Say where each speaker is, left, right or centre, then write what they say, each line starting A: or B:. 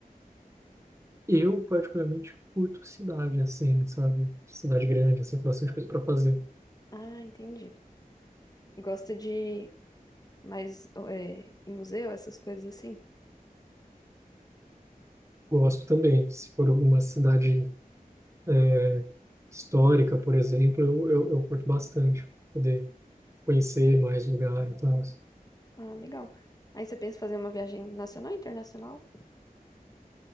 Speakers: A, on the right; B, on the left.
A: Eu particularmente curto cidade assim, sabe? Cidade grande, assim, com bastante coisa para fazer.
B: Ah, entendi. Gosta de mais é, em museu, essas coisas assim?
A: Gosto também. Se for alguma cidade é, histórica, por exemplo, eu, eu, eu curto bastante pra poder conhecer mais lugar, então,
B: Ah, legal. Aí você pensa em fazer uma viagem nacional, e internacional?